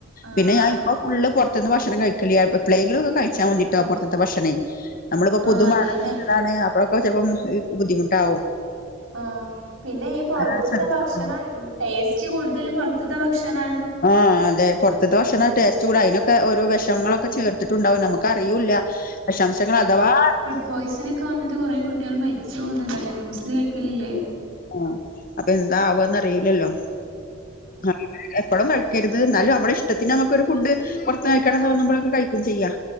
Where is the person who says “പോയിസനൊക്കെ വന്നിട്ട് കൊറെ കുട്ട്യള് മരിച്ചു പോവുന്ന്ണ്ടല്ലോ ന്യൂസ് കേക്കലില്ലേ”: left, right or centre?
Right